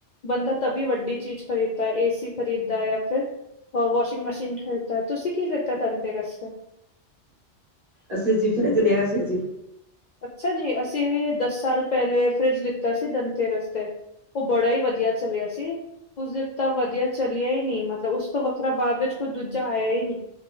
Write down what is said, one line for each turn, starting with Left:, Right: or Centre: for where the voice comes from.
Left: ਬੰਦਾ ਤਬ ਈ ਵੱਡੀ ਚੀਜ਼ ਖਰੀਦ ਏਸੀ ਖਰੀਦਦਾ ਜਾਂ ਫਿਰ ਵਾਸ਼ਿੰਗ ਮਸ਼ੀਨ ਖਰੀਦਦਾ, ਤੁਸੀਂ ਕੀ ਲੀਤਾ ਦੰਨ ਤੇਰਸ ਤੇ।
Right: ਅਸੀਂ ਜੀ ਫਰਿਜ ਲ਼ਿਆ ਸੀ ਜੀ।
Left: ਅੱਛਾ ਜੀ ਅਸੀਂ ਵੀ ਦਸ ਸਾਲ ਪਹਿਲੇ ਫਰਿਜ ਲਿੱਤਾ ਸੀ ਦਨ ਤੇਰਸ ਤੇ। ਓ ਬੜਾਂ ਈ ਵਧੀਆਂ ਚੱਲਿਆ ਸੀ। ਉਸਦੇ ਤਾਂ ਵਧੀਆ ਚਲਿਆ ਈ ਨੀ, ਮਤਲਬ ਉਸ ਤੋਂ ਵੱਖਰਾ ਬਾਅਦ ਵਿੱਚ ਕੋਈ ਦੂਜਾ ਆਇਆ ਈ ਨੀਂ।